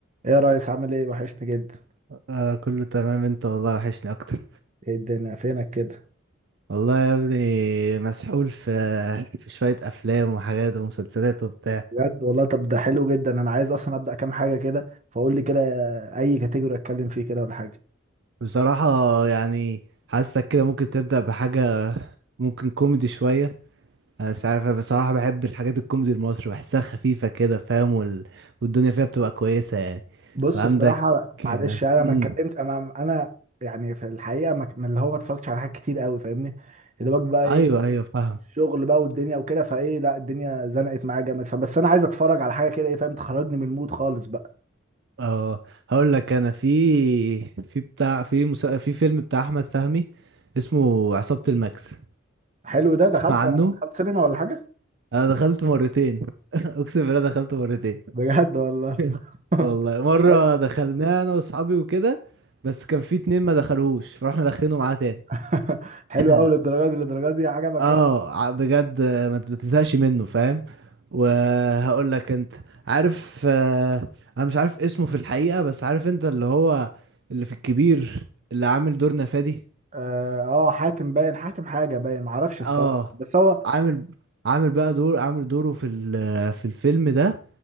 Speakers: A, on the right (about 35°); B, on the right (about 55°).
A: ايه يا ريس عامل ايه وحشني جدا
B: آه كله تمام انت والله وحشني اكتر
A: ايه الدنيا فينك كده
B: والله يا ابني مسحول في في شوية افلام وحاجات ومسلسلات وبتاع
A: بجد والله طب ده حلو جدا انا عايز اصلا ابدا كام حاجه كده فقول لي كده اي كاتيجوري اتكلم فيه كده ولا حاجه
B: بصراحة يعني حاسك كده ممكن تبدأ بحاجة ممكن كوميدي شوية انا مش عارف انا بصراحة بحب الحاجات الكوميدي المصري بحسها خفيفة كده فاهم وال... والدنيا فيها بتبقى كويسة يعني
A: بص
B: وعندك
A: الصراحه معلش يعني انا
B: امم
A: ما اتكلمت انا أنا يعني في الحقيقه ما- من اللي هو ما اتفرجتش على حاجات كتير قوي فاهمني يا دوبك بقى
B: ايوه
A: ايه
B: ايوه فاهم
A: شغل بقى والدنيا وكده فايه لا الدنيا زنقت معايا جامد فبس انا عايز اتفرج على حاجه كده ايه فاهم تخرجني من المود خالص بقى
B: اه هقول لك انا في في بتاع في مسا... في فيلم بتاع احمد فهمي اسمه عصابة الماكس
A: حلو ده دخلت
B: تسمع عنه
A: دخلت سينما ولا حاجه
B: انا دخلت مرتين <laughs> اقسم بالله دخلت مرتين
A: بجد والله
B: <laughs>
A: <laughs>
B: والله مرة دخلناه انا واصحابي وكده بس كان في اتنين ما دخلوش فروحنا داخلينه معاه تاني
A: <laughs> حلو
B: <laughs>
A: قوي للدرجه دي للدرجه دي عجبك
B: اه
A: يعني
B: ع- بجد آه، ما بتزهقش منه فاهم وهقول لك انت عارف آه، انا مش عارف اسمه في الحقيقة بس عارف انت اللي هو اللي في الكبير اللي عامل دور نفادي
A: اه آه، حاتم باين حاتم حاجه باين معرفش الصراحه
B: اه
A: بس هو
B: عامل عامل بقى دور عامل دوره في ال- في الفيلم ده